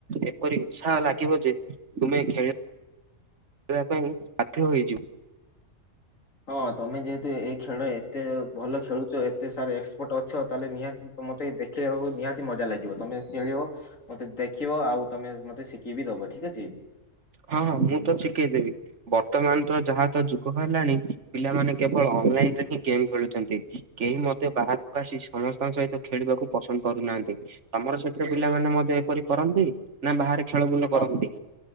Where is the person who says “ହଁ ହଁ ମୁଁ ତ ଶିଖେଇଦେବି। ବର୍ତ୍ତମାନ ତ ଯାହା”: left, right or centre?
Right